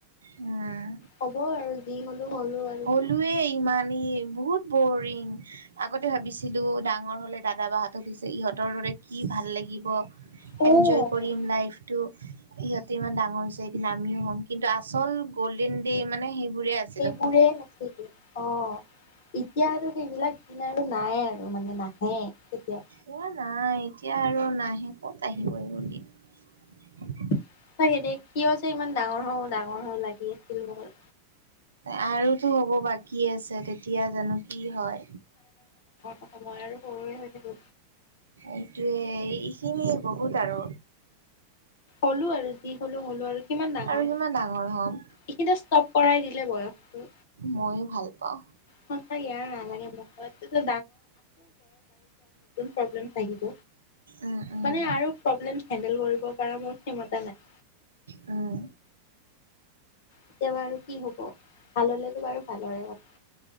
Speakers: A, on the right (about 70°); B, on the left (about 50°).
A: উম
B: হব আৰু। যি হ'লো হ'লো আৰু
A: হ'লোৱে
B: কি।
A: ইমান ই বহুত বৰিং, আগতে ভাবিছিলো ডাঙৰ হলে দাদা, বাহঁতক দিছে ইহঁতৰ দৰে কি ভাল লাগিব গিব
B: অ',
A: এঞ্জয় কৰিম লাইফ টো। ইিহঁতে ইমান ডাঙৰ হৈছে এদিন আমিও হ'ম, কিন্তু আচল গল্ডেন ডে মানে সেই ঘূৰি আছিলো।
B: পোৰে অ এতিয়া আৰু সেইবিলাক দিন আৰু নাই আৰু মানে। নাহে কেতিয়াও।
A: এয়া নাই এতিয়া আৰু নাহে। কত আহিব এই বোৰ দিন।
B: হয় চাগেদেই কিয় যে ইমান ডাঙৰ হওঁ ডাঙৰ হ লাগি আছিল বহুত।
A: আৰুটো হ'ব বাকী আছে, তেতিয়া জানো কি হয়?
B: ময় আৰু সৰুৱে হৈ থাকো।
A: এইটোৱে এইখিনিয় বহুত আৰু।
B: হ'লো আৰু যি হ'লো হ'লো আৰু। কিমান ডাঙৰ হ'ম
A: আৰু কিমান ডাঙৰ হ'ম।
B: এইখিনিতে ষ্টপ কৰাই দিলে বয়সটো।
A: ময়ো ভাল পাওঁ।
B: সঁচাকে আৰু নালাগে মোক পিছত প্ৰব্লেম থাকিব,
A: উম, উম,
B: মানে আৰু প্ৰব্লেম হেণ্ডেল কৰিব। কৰা মোৰ ক্ষেমতা নাই।
A: উম
B: কেতিয়াবা আৰু কি হব, ভাল হলেতো বাৰু ভালৰে কথা।